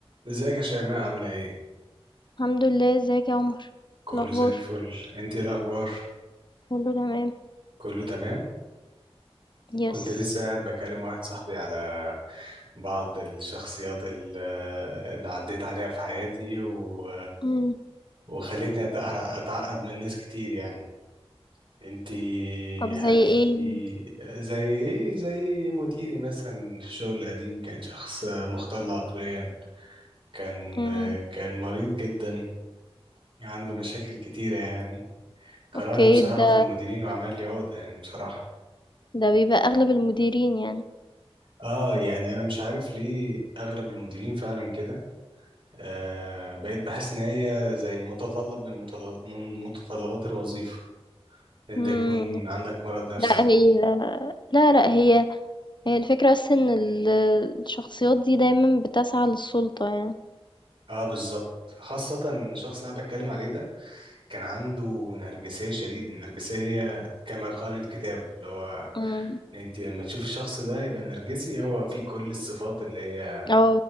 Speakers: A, on the right; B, on the left.
A: ازيك يا شيماء عاملة ايه؟
B: الحمد لله ازيك يا عمر إيه
A: كله
B: الاخبار
A: زي الفل انت ايه الاخبار؟
B: كله تمام
A: كله تمام؟
B: يس
A: كنت لسه قاعد بكلم واحد صاحبي على بعض الشخصيات ال- اللي عديت عليها في حياتي و...
B: مم.
A: وخلتني أتع- اتعقد من ناس كتير يعني انت
B: طب زي
A: هل في
B: ايه
A: زي ايه زي مديري مثلا في الشغل القديم كان شخص مختل عقليا كان
B: مم.
A: كان مريض جدا عنده مشاكل كتيرة يعني كرهني
B: اوكي
A: بصراحة
B: ده
A: في المديرين وعمل لي عقدة يعني بصراحة
B: ده بيبقى اغلب المديرين يعني
A: اه يعني انا مش عارف ليه اغلب المديرين فعلا كده آه بقيت بحس ان هي زي متطلب من, متل... من متطلبات الوظيفة ان انت
B: مم.
A: يكون عندك مرض نفسي
B: لا
A: كده
B: هي لا لا هي هي الفكرة بس ان ال- الشخصيات دي دايما بتسعى للسلطة يعني
A: اه بالظبط خاصة الشخص اللي انا بتكلم عليه ده كان عنده نرجسية شديدة النرجسية كما قال الكتاب اللي هو
B: مم.
A: إن انت لما تشوف الشخص ده يبقى نرجسي هو فيه كل الصفات اللي هي
B: او